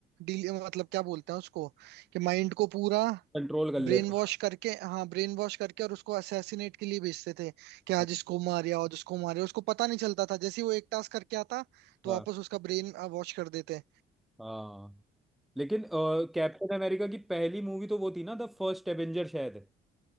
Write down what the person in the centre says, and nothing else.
कंट्रोल कर लेता
हाँ
हाँ
हाँ। लेकिन कैप्टन अमेरिका की पहली मूवी तो वो थी ना द फर्स्ट एवेंजर शायद